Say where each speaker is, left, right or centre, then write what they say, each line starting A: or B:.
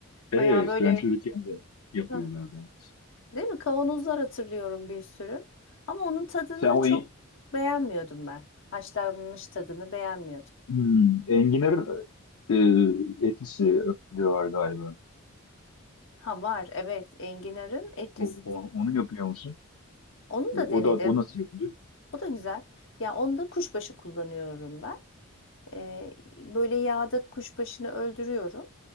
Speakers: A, on the left; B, on the left.
A: Evet,
B: Bayağı böyle
A: ben çocukken de yapıyorlardı.
B: <laughs>
A: Evet.
B: Değil mi? Kavanozlar hatırlıyorum bir sürü. Ama onun tadını
A: Sen o
B: çok
A: en,
B: beğenmiyordum ben. Haşlanmış tadını beğenmiyordum.
A: hmm, enginar e, etlisi de var galiba.
B: Ha var evet enginarın etlisi.
A: O- o- onu yapıyor musun?
B: Onu
A: O,
B: da denedim.
A: o da o nasıl yapılıyor?
B: O da güzel. Ya onda kuşbaşı kullanıyorum ben. Ee, böyle yağda kuşbaşını öldürüyorum.